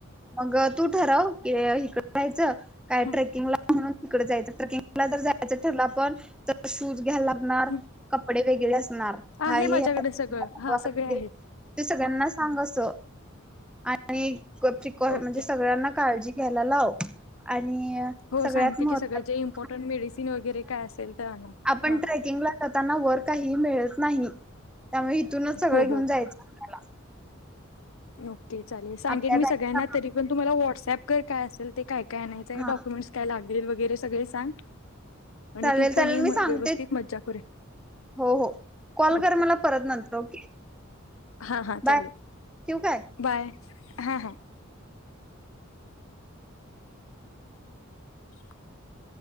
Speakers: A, in the centre; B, on the left.
A: मग तू ठरव की इकड जायचं काय
B: हं,
A: ट्रेकिंगला म्हणून तिकडे जायच ट्रेकिंगला जर जायचं ठरल पण तर शूज घ्यायला लागणार
B: हं.
A: कपडे वेगळे असणार <unintelligible>
B: आहे माझ्याकडे सगळं हा सगळे आहेत
A: ते सगळ्यांना सांग अस आणि प्रिकॉश
B: ओके
A: म्हणजे सगळ्यांना काळजी घ्यायला लाव आणि
B: हो
A: सगळ्यात
B: सांगते
A: महत्त्वाचं
B: की सगळं, जे इम्पॉर्टंट मेडिसिन वगैरे काय असेल तर आणा.
A: पण
B: हा
A: ट्रेकिंगला करताना वर काही मिळत नाही त्यामुळे इथूनच सगळं
B: हो
A: घेऊन
B: हो
A: जायचं. आपल्याला
B: ओके चालेल सांगेल
A: आपल्या
B: मी
A: बॅग
B: सगळ्यांना तरी पण तु मला व्हॉट्सअप कर काय असेल ते काय काय आणायचं
A: हा
B: डॉक्युमेंटस काय लागेल वगैरे सगळे सांग. आणि
A: चालेल
B: तू पण
A: चालेल
B: ये व्यवस्थित
A: मी सांगते
B: मज्जा करूया.
A: हो हो कॉल
B: ओके
A: कर मला परत नंतर, ओके.
B: हा हा
A: बाय
B: चालेल.
A: ठेवू काय?
B: बाय. हा हां. <inaudible>